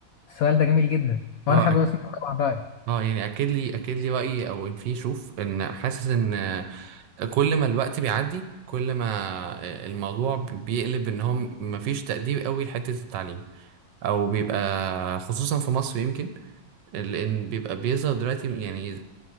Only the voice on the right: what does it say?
أه
أك-
أه يعني أكيد لي أكيد لي رأيي أو إن في شوف إن حاسس إن آه، كل ما الوقت بيعدي كل ما آه، الموضوع بيقلب إن هم مفيش تقدير قوي لحتة التعليم او بيبقى خصوصا في مصر يمكن لان بيبقى بيظهر دلوقتي يعني